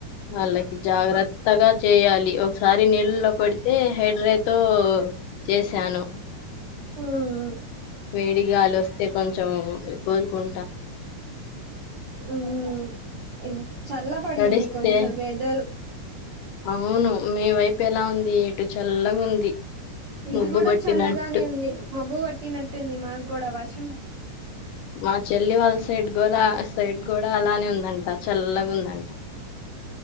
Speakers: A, on the left; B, on the right.
A: వాళ్ళకి జాగ్రత్తగా చేయాలి ఒకసారి నీళ్ళల్లో పడితే హైడ్రేతో చేసాను
B: హ్మ్
A: వేడిగాలి వస్తే కొంచెం కోలుకుం
B: హ్మ్ ఎం చల్లబడింది
A: తడిస్తే
B: కొంచెం వెదర్
A: అవును మీ వైపు పె ఎలా ఉంది ఇటు చల్లగుంది
B: ఇటు
A: మబ్బు
B: కూడా
A: పట్టినట్టు
B: చల్లగానే ఉంది మబ్బు పట్టినట్టుంది మాకు కూడా వర్ష
A: మా చెల్లి వాళ్ళ సైడ్ కూడా సైడ్ కూడా అలానే ఉందంటా చల్లగా ఉందంట